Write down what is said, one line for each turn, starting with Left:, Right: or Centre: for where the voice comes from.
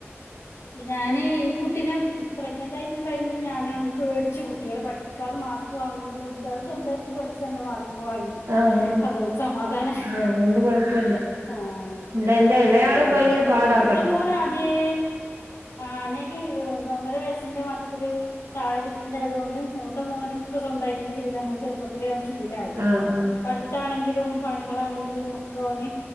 Left: അപ്പൊ ഞാന് ഈ കുട്ടീനെ പ്രഗ്നന്റ് ആയിക്കണ ടൈമില് ഞാന് പേടിച്ചു കുട്ടികള് പഠിക്കാതെ മാ മാർക്ക് വാങ്ങുലെ <unintelligible> അവര് സ്വന്തായിട്ട ന്നെ പഠിച്ച് നല്ല മാർ ക്ക് വാങ്ങി
Right: ആഹ് അതുകൊണ്ട്
Left: അതൊണ്ട് സമാധാനായി
Right: ആഹ് അതുകൊണ്ട് കൊഴപ്പല്ല
Left: ആഹ്
Right: ഇവിടെ എന്റെ ഇളയാള്
Left: ഉം
Right: ഭയങ്കര പാടാ
Left: മൂത്ത
Right: പഠിക്ക
Left: മോനാദ്യെ ആണെങ്കി ഒന്ന് ഒന്നര വയസ്സിന്റെ <unintelligible> ത്തില് താഴെ കുട്ടിണ്ടായതോണ്ട് മൂത്ത മോന് ഒക്കെ സ്വന്തായ്ട്ടെന്നെ ചെയ്ത് അങ്ങനെ ചെറുപ്പത്തിലെ അവന് ശി ഇലായി
Right: ആഹ് ആഹ്
Left: പടുത്താണെങ്കിലും പണികളാണെങ്കിലും ഒക്കെ ഓന്